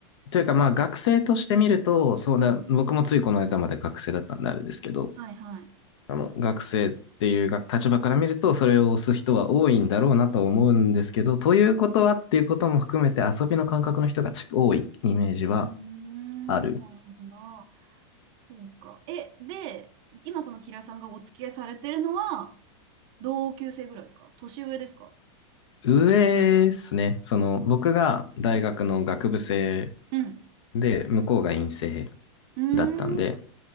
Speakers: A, on the left; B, on the right.
A: というかまあ学生として見ると、そうだ、
B: うん。
A: 僕もついこの間まで学生だったんであれですけど、
B: はいはい。
A: あの、学生っていうが立場から見ると、それを押す人は多いんだろうなと思うんですけど、ということはっていうことも含めて遊びの感覚の人がち多いイメージは
B: うーん、
A: ある。
B: なるほどな。そうか。え、で、今そのキラさんがお付き合いされてるのは、同級生ぐらいですか年上ですか
A: 上ですね。その、僕が大学の学部生
B: うん。
A: で、向こうが院生
B: うーん、
A: だったんで、